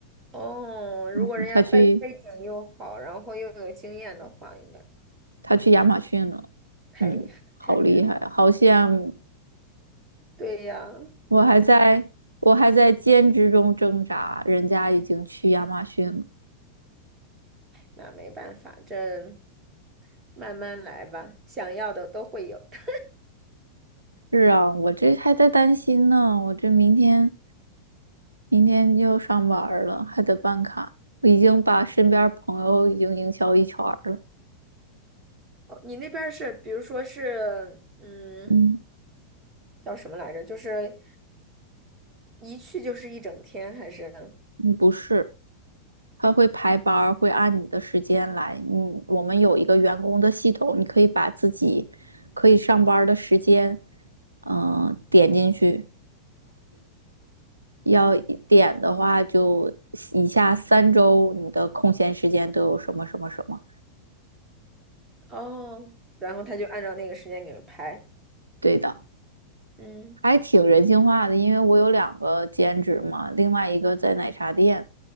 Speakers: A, on the right (about 20°); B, on the right (about 80°).
A: 哦，如果人家背背景又好，
B: 嗯，他去
A: 然后又有经验的话，应该。
B: 他去亚马逊了，
A: 太厉害了，
B: 嗯，好厉害，
A: 太厉害了。
B: 好像。
A: 对呀，
B: 我还在我还在兼职中挣扎，人家已经去亚马逊了。
A: 那没办法，这慢慢来吧，想要的都会有的。
B: 是啊，我这还在担心呢，我这明天明天就上班儿了，还得办卡。我已经把身边儿朋友已经营销一圈儿了。
A: 哦你那边儿是，比如说是，嗯，
B: 嗯，
A: 叫什么来着？就是一去就是一整天，还是？
B: 嗯不是，他会排班儿会按你的时间来。你我们有一个员工的系统，你可以把自己可以上班儿的时间，嗯、点进去。要一点的话，就以下三周你的空闲时间都有什么什么什么？
A: 哦，然后他就按照那个时间给人排。
B: 对的，
A: 嗯
B: 还挺人性化的，因为我有两个兼职嘛，另外一个在奶茶店，